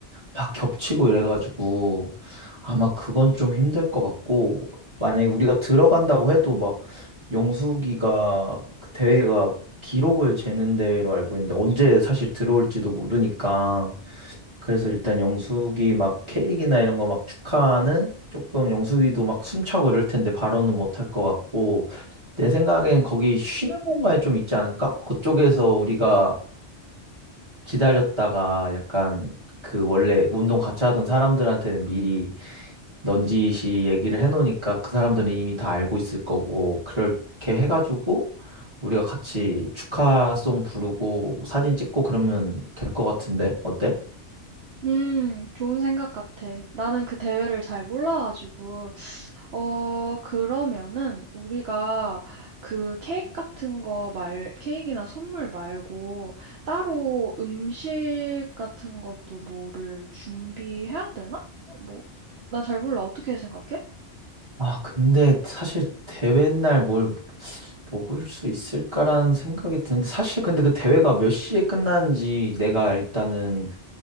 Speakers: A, on the right; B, on the right.
A: 막 겹치고 이래가지고 아마 그건 좀 힘들 것 같고 만약에 우리가 들어간다고 해도 막 영숙이가 그 대회가 기록을 재는 대회로 알고 있는데 언제 사실 들어올지도 모르니까 그래서 일단 영숙이 막 케이크나 이런 거 막 축하는 조금 영숙이도 막 숨차고 이럴 텐데 바로는 못할 것 같고 내 생각엔 거기 쉬는 공간이 좀 있지 않을까? 그쪽에서 우리가 기다렸다가 약간 그 원래 운동 같이 하던 사람들한테는 미리 넌지시 얘기를 해놓으니까 그 사람들은 이미 다 알고 있을 거고 그렇게 해가지고 우리가 같이 축하송 부르고 사진 찍고 그러면 될 것 같은데 어때?
B: 음, 좋은 생각 같아. 나는 그 대회를 잘 몰라가지고. 어, 그러면은 우리가 그 케이크 같은 거 말, 케이크나 선물 말고 따로 음식 같은 것도 뭐를 준비해야 되나? 뭐, 난 잘 몰라. 어떻게 생각해?
A: 아, 근데 사실 대회 날 뭘 먹을 수 있을까라는 생각이 드는데 사실 근데 그 대회가 몇 시에 끝나는지 내가 일단은